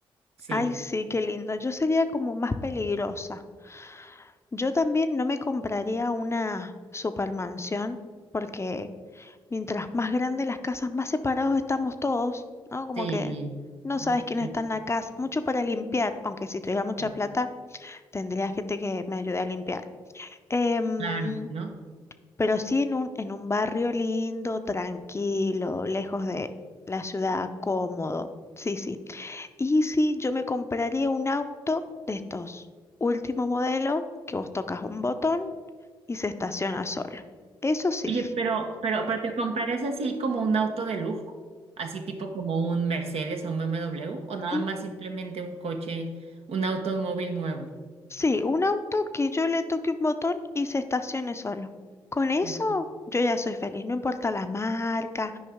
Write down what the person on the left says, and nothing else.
Ay, sí, qué lindo. Yo sería como más peligrosa. Yo también no me compraría una supermansión porque mientras más grandes las casas, más separados estamos todos, ¿no? Como
que no
sabes quién está
en la casa. Mucho para limpiar, aunque si tuviera mucha
plata, tendría gente que me ayude a limpiar. Em,
pero sí en un, en un barrio lindo, tranquilo, lejos de la ciudad, cómodo. Sí, sí. Y sí, yo me compraría un auto de estos último modelo, que vos tocas un botón y se estaciona solo. Eso sí,
<laughs>
sí, un auto que yo le toque un botón y se estacione solo. Con eso
yo ya soy feliz, no importa la marca,